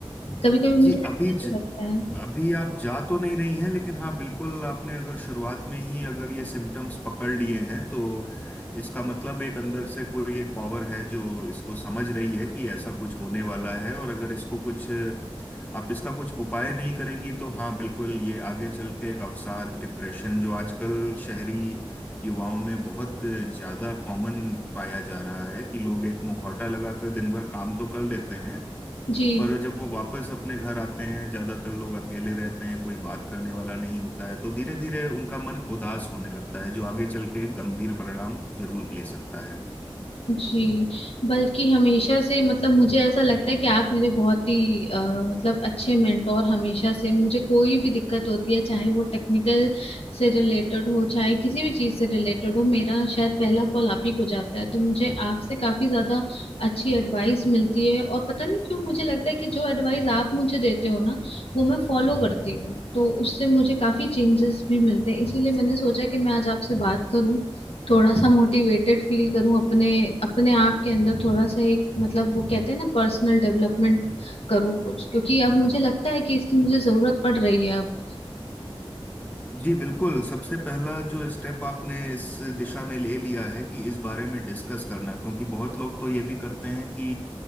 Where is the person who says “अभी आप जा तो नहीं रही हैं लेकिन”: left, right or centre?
Left